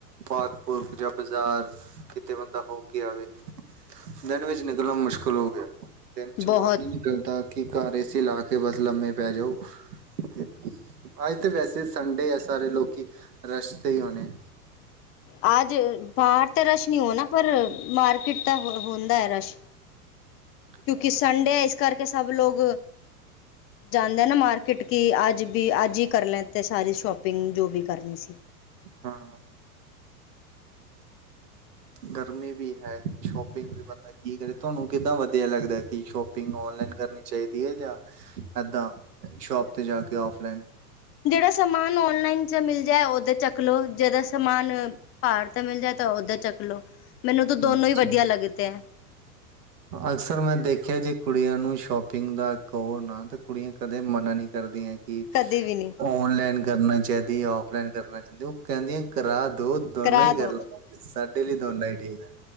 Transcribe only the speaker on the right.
ਪਾਰਕ ਪੂਰਕ ਜਾਂ ਬਾਜ਼ਾਰ ਕਿਤੇ ਬੰਦਾ ਹੋ ਕੇ ਆਵੇ ਦਿਨ ਵਿੱਚ ਨਿਕਲਣਾ ਮੁਸ਼ਕਿਲ ਹੋ ਗਿਆ ਹੇ। ਦਿਨ ਚ
ਮਨ ਹੀ ਨੀ ਕਰਦਾ ਕੀ ਘਰ ਏ ਸੀ ਲਾ ਕੇ ਬਸ ਲੰਮੇ ਪੈ ਜਾਓ। ਤੇ ਆ ਤੇ ਵੈਸੇ ਸੰਡੇ ਹੈ ਸਾਰੇ ਲੋਕੀ ਰੇਸ ਤੇ ਹੀ ਹੋਣੇ।
ਹਾਂ
ਹਾਂ ਗਰਮੀ ਵੀ ਹੈ ਸ਼ੋਪਿੰਗ ਵੀ ਬੰਦਾ ਕੀ ਕਰੇ? ਤੁਹਾਨੂੰ ਕਿੱਦਾਂ ਵਧੀਆ ਲੱਗਦਾ ਐ ਕਿ ਸ਼ੋਪਿੰਗ ਔਨਲਾਈਨ ਕਰਨੀ ਚਾਹੀਦੀ ਹੈ ਜਾਂ ਏਦਾਂ ਸ਼ੋਪ ਤੇ ਜਾ ਕੇ ਔਫਲਾਈਨ।
ਅਛਾ।
ਅਕਸਰ ਮੈਂ ਦੇਖਿਆ ਜੀ। ਕੁੜੀਆਂ ਨੂੰ ਸ਼ੋਪਿੰਗ ਦਾ ਕਵੋ ਨਾ ਤੇ ਕੁੜੀਆਂ ਕਦੇ ਮਨਾ ਨੀ ਕਰਦੀਆਂ। ਕਿ
ਔਨਲਾਈਨ ਕਰਨਾ ਚਾਹੀ ਆਫਲਾਈਨ ਕਰਨਾ ਚਾਹਂਦੀ ਉਹ ਕਹਿੰਦੀਆਂ ਕਰਾ ਦੋ ਦੋਨਾਂ
ਹੀ ਕਰ
ਲਵਾਂਗੇ ਸਾਡੇ ਲਈ ਦੋਨਾਂ ਹੀ ਠੀਕ ਹੈ